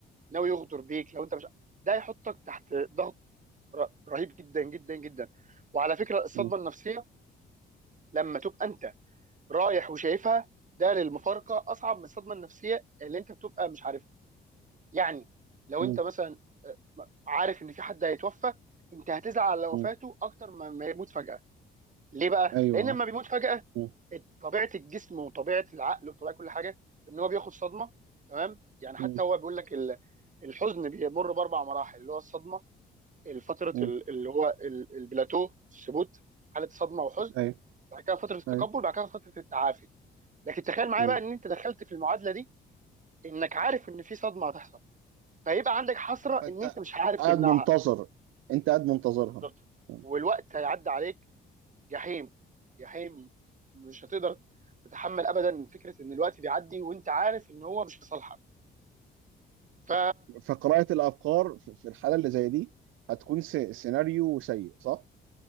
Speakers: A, on the right; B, on the right.
A: ناوي يغدر بيك لو انت مش ده هيحطك تحت ضغط ر- رهيب جدا جدا جدا وعلى فكره الصدمه
B: مم.
A: النفسيه لما تبقى انت رايح وشايفها ده للمفارقه اصعب من الصدمه النفسيه اللي انت بتبقى مش عارفها يعني لو
B: مم.
A: انت مثلا آه، عارف ان في حد هيتوفى انت هتزعل على وفاته
B: مم.
A: اكتر ما ما يموت فجاه ليه بقى
B: ايوه
A: لان
B: آه.
A: لما بيموت فجاه
B: مم.
A: طبيعه الجسم وطبيعه العقل وطبيعه كل حاجه ان هو بياخد صدمه تمام يعني حتى
B: مم.
A: هو بيقول لك ال- الحزن بيمر باربع مراحل اللي هو الصدمه فتره
B: مم.
A: اللي هو ال- البلاتو الثبوت حاله صدمه وحزن
B: ايوه
A: بعد كده فتره التقبل
B: ايوه
A: بعد كده فتره التعافي لكن تخيل معايا
B: مم.
A: بقى ان انت دخلت في المعادله دي انك عارف ان في صدمه هتحصل فيبقى عندك حسره
B: فانت
A: ان انت مش عارف
B: قاعد
A: تمنعها
B: منتظر انت قاعد منتظرها
A: بالظبط
B: مم.
A: والوقت هيعدي عليك جحيم جحيم مش هتقدر تتحمل ابدا فكره ان الوقت بيعدي وانت عارف ان هو مش في صالحك ف
B: فقراءة الافكار في في الحالة اللي زي دي هتكون س- سيناريو سيء صح؟